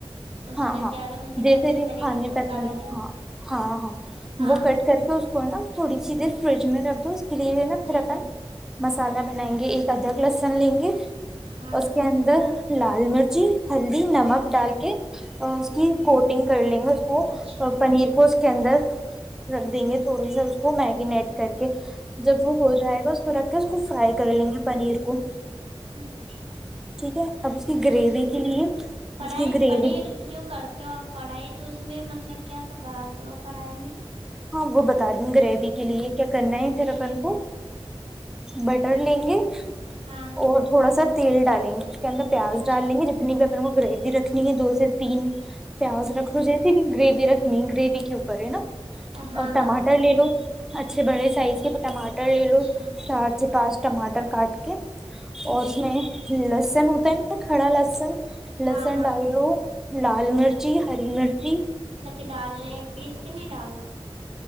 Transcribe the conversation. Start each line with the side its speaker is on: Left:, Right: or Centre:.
Right: اس
Centre: ہاں
Right: میں
Centre: ہاں
Right: زیادہ مطلب
Centre: جیسے
Right: کہ اچھے
Centre: بھی
Right: طریقے
Centre: کھانے
Right: سے
Centre: پس
Right: مسالہ
Centre: ہاں
Right: جو ہے
Centre: ہاں ہاں
Right: ہاں
Centre: وہ کٹ کر کے اس کو نا تھوڑی سیر فرج میں رکھ دو کے لیے ہے نا پھر
Right: جی
Centre: اپن
Right: جی
Centre: مسالہ بنائیں گے ایک ادھک لسن لیں گے
Right: ہاں
Centre: اس کے اندر لال مرچی ہلدی نمک
Right: جی جی
Centre: ڈال کے
Right: ہوں
Centre: اس کی کوٹنگ کر لیں گے اس کو
Right: اچھا
Centre: پنیر کو اس کے اندر رکھ دیں گے تھوڑی سا اس کو میگنیٹ کر کے جب وہ ہو جائے گا اس کو رکھ کے اس کو فرائی کر لیں گے پنیر کو
Right: اچھا
Centre: ٹھیک ہے اب اس کی گریوی
Right: جی جی
Centre: کے لیے
Right: فرائی
Centre: اس کی گریوی
Right: پنیر جو کرتے ہو آپ فرائی تو اس میں مطلب کیا سنبھالتے ہو فرائی میں
Centre: ہاں وہ بتا دیں گریوی کے لیے کیا کرنا ہے پھر
Right: جی
Centre: اپن
Right: جی
Centre: کو بٹر لیں گے
Right: ہاں
Centre: اور تھوڑا سا تیل ڈالیں گے اس کےدر پیاز
Right: اچھا
Centre: ڈال دیں گے جتنی کررمک رکھنی ہے دو سے تین پیاز
Right: جی
Centre: رکھ
Right: جی
Centre: لو جیسے بھی گریوی رکھنی ہے گریوی کے اوپر ہے نا
Right: ہاں
Centre: اور ٹماٹر
Right: ہاں وہ کرے
Centre: لے لو
Right: گی
Centre: اچھے بڑے ج آئیی ٹماٹر لی
Right: اچھا
Centre: لو چار چ پانچ ٹماٹر کاٹ کے اور
Right: جی
Centre: اس میں ل لسن ہوتا ہے ن کڑا لسن لسن
Right: ہاں ہاں
Centre: ڈالو لال مرچی ہری مرچی
Right: کے ڈالنے پیس کے نہیں ڈالنا